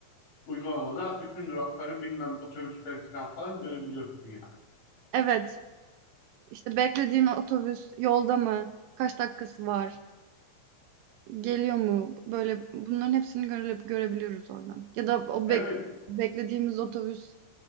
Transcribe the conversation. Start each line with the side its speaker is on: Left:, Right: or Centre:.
Left: Uygulamada bütün durakları bilmem otobüsler falan falan görebiliyorsun yani.
Right: Evet, işte beklediğin otobüs yolda mı, kaç dakikası var, geliyor mu? Böyle bunların hepsini görülüp görebiliyoruz oradan. Ya da o
Left: Evet.
Right: bek beklediğimiz otobüs